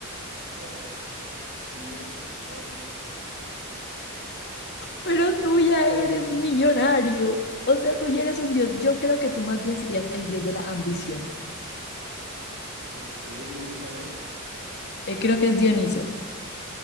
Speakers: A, on the right; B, on the left.
A: ¿No te parece? Líder de los negocios.
B: Pero tú ya eres millonario. O sea, tú ya eres un dios. Yo creo que tú más bien serías el dios de la ambición.
A: Ok, ¿y ese cuál es?
B: Eh, creo que es Dioniso.